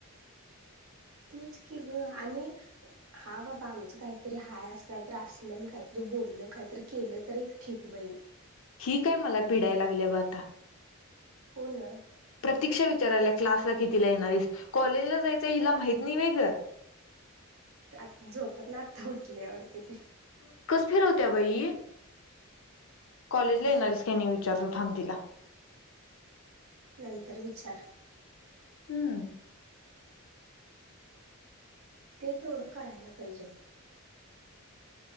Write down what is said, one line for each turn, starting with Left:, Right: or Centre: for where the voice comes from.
Right: तेच की ग आणि हा बाबा आमचं काहीतरी हाय असं काहीतरी असलं आणि काहीतरी बोललं काहीतरी केलं तर एक ठीक बाई,
Left: ही काय मला पीडाय लागल्या बा आता.
Right: कोन.
Left: प्रतीक्षा विचारायल्या क्लासला कितीला येणारेस कॉलेजला जायचं हिला माहित नाही व्हय ग.
Right: आत झोपत ना आता उठली वाटत ती.
Left: फिरव त्या बाई. कॉलेजला
Right: असं
Left: येणारी आहेस की नाही विचारतो थांब तिला.
Right: नंतर विचार.
Left: हम्म.
Right: ते तेवढं कळायला पाहिजे बघ.